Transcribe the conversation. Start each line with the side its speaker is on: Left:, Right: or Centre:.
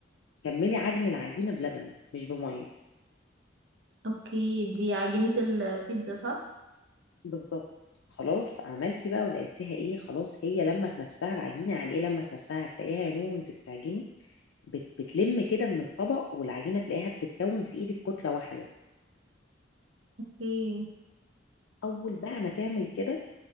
Left: كملي عجن العجينة بلبن مش بمية
Right: اوكي دي عجينه البيتزا صح
Left: بالظبط خلاص عملتي بقى ولقيتيها ايه خلاص هي لمت نفسها العجينه يعني ايه لمت نفسها هتلاقيها يا نو وانت بتعجني بت بتلم كده من الطبق والعجينة تلاقيها بتتكون في ايدك كتلة واحدة
Right: اوكي
Left: اول بقى ما تعمل كده